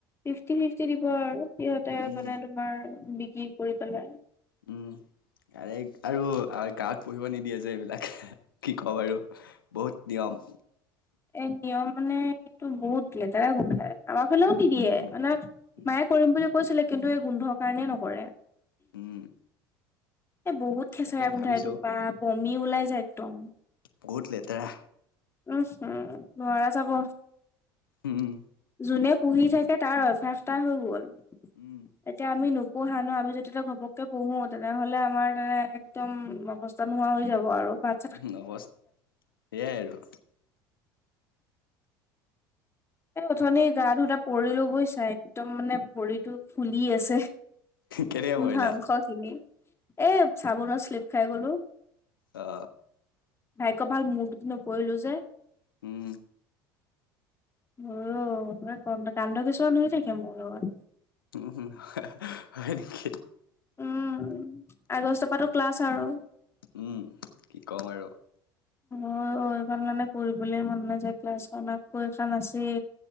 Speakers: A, on the left; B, on the left.
A: ফিফটি ফিফটি দিব আৰু। সিহঁতে
B: উম
A: মানে তোমাৰ বিক্ৰী কৰি পেলাই।
B: উম। আৰু আৰু গাঁৱত পঢ়িব নিদিয়ে যে এইবিলাক কি কম বাৰু। বহুত নিয়ম।
A: এই নিয়ম মানে সেইটো বহুত লেতেৰা গোন্ধায়। আমাৰ ফালেও নিদিয়ে
B: উম
A: মানে
B: উম
A: মায়ে কৰিম বুলি কৈছিলে কিন্তু এই গোন্ধৰ কাৰণে নকৰে।
B: উম।
A: এ বহুত খেচেৰা
B: তাকে
A: গোন্ধাই
B: ভাবিছো
A: এইটোপা বমি ওলাই যায় একদম।
B: বহুত লেতেৰা।
A: উম হু নোৱাৰা যাব।
B: উম।
A: যোনে পুহি থাকে তাৰ অভ্যাস এটা হৈ গ'ল।
B: উম।
A: তেতিয়া আমি নোপোহা ন আমি যদি ঘপকে পোহো তেনেহ'লে আমাৰ মানে একদম অৱস্থা নোহোৱা হৈ যাব আৰু বাট।
B: উম অৱস্থ সেইয়াই আৰু।
A: এই অথনি গা ধুটা পৰিলো বুজিচাই একদম মানে ভৰিতটো ফুলি আছে।
B: কেনেকে পৰিলা
A: মাংস খিনি এ চাবোনৰ চিলিপ খাই গলো।
B: অ।
A: ভাগ্যয় ভাল মূৰটোত নপৰিলো যে।
B: উম।
A: হলো অ ক কানড কিছুমান হৈ থাকে মোৰ লগত।
B: ও সো হয় নেকি।
A: উম আগষ্টৰ পা ত ক্লাছ আৰু।
B: উম কি ক'ম আৰু।
A: অ এইখন মানে পঢ়িবলৈ মন নাযায় ক্লাছখন আকৌ এইখন আছেই।